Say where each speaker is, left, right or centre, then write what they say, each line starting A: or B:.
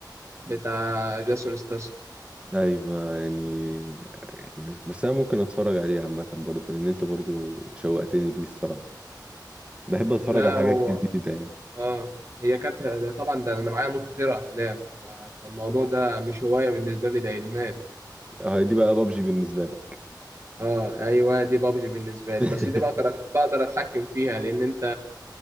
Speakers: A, on the right (about 40°); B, on the right (about 15°).
A: بتاع جاسون ستاس
B: ايوه يعني يعني بس انا ممكن اتفرج عليه عامة برضه لان انت برضه شوقتني ليه الصراحة بحب اتفرج
A: لا
B: على حاجات
A: هو
B: جديدة يعني
A: اه هي كانت ده طبعا ده انا معايا نوت كتير افلام ف- فالموضوع ده مش هوايه بالنسبه لي ده ادمان
B: اه دي بقى بابجي بالنسبة لك
A: اه ايوه دي بابجي بالنسبه لي
B: <laughs>
A: بس دي بقدر بقدر اتحكم فيها لان انت